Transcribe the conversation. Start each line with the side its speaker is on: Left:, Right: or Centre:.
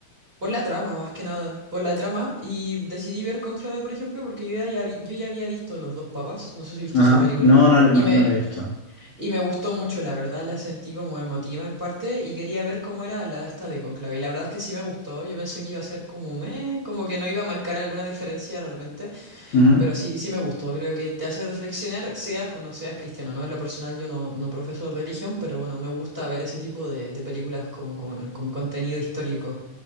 Right: Por la trama, más que nada, por la trama. Y decidí ver Cónclave, por ejemplo, porque yo ya, ya vi- yo ya había visto Los dos papas, no sé si viste
Left: Ajá.
Right: esa película,
Left: No, no, la- no,
Right: y me,
Left: no la he visto.
Right: y me gustó mucho, la verdad, la sentí como emotiva en parte, y quería ver cómo era la esta de Cónclave. Y la verdad es que sí me gustó, yo pensé que iba a ser como, meh, como que no iba a marcar alguna diferencia realmente,
Left: Ujú.
Right: pero sí, sí me gustó, creo que te hace reflexionar, seas o no seas cristiano, ¿no? En lo personal yo no, no profeso religión, pero bueno, me gusta ver ese tipo de, de películas como con con contenido histórico.